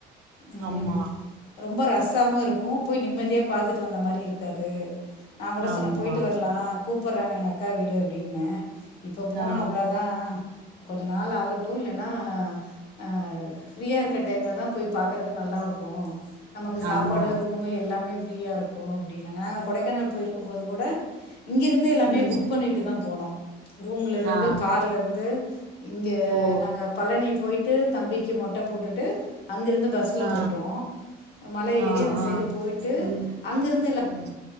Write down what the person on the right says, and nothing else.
ஆமா,
ஆமா.
ஆ,
ஆமா.
ம்.
ஆ,
ஓ!
ஆ,
ஆ,
ஆ.
ம்,
ம்.